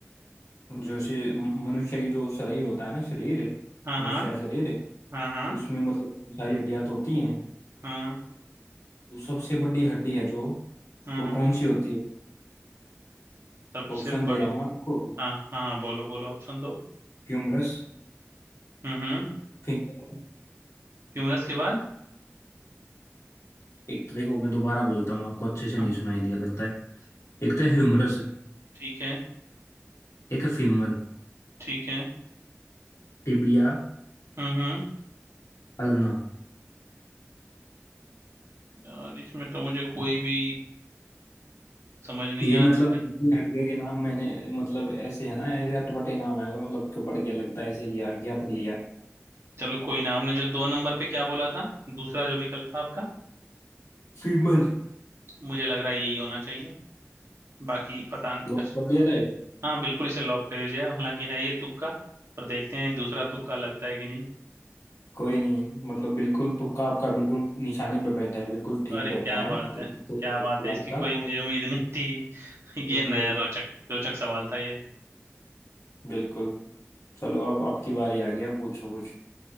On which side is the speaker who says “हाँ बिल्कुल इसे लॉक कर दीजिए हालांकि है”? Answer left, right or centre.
Right